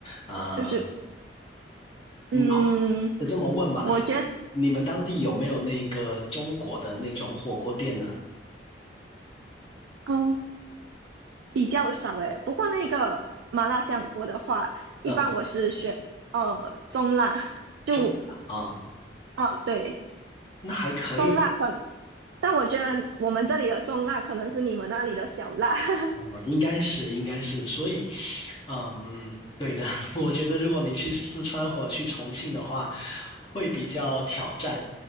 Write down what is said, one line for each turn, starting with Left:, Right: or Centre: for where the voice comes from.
Left: 啊。
Right: 就是
Left: 你
Right: 嗯，
Left: 这么问吧，
Right: 我觉得。
Left: 你们当地有没有那个中国的那种火锅店呢？
Right: 嗯比较少诶，不过那个麻辣香锅的话，一般我是选呃中辣，
Left: 嗯。
Right: 就
Left: 九百啊，
Right: 啊、呃对
Left: 那还可以
Right: 中辣可能，但我觉得我们这里的中辣可能是你们那里的小辣，<laughs>
Left: 嗯，应该是，应该是，所以，嗯，对的，<laughs> 我觉得如果你去四川或者去重庆的话，会比较挑战，